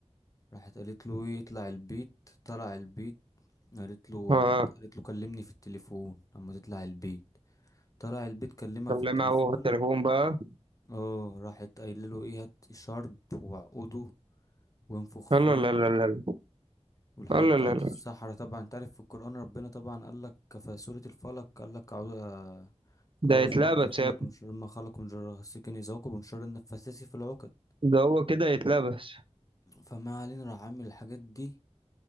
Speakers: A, on the left; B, on the right.
A: راحت قالت له ايه اطلع البيت طلع البيت قالت له
B: اه
A: راحت قالت له كلمني في التليفون اما تطلع البيت طلع البيت كلمها
B: كلمها
A: في التليفون
B: هو في التليفون بقى
A: اه راحت قايله له ايه هات شرب وعقده وانفخ فيه
B: لا لا لا لا
A: والحاجات
B: لا لا
A: بتاعت
B: لا لا لا.
A: السحرة طبعا انت عارف في القرآن ربنا طبعا قال لك في سورة الفلق قال لك أعوذ كل
B: ده يتلبس
A: أعوذ برب الفلق
B: يا ابني
A: من شر ما خلق من شر غاسق إذا وقب ومن شر النفاثات في العقد
B: ده هو كده يتلبس
A: فما علينا راح عامل الحاجات دي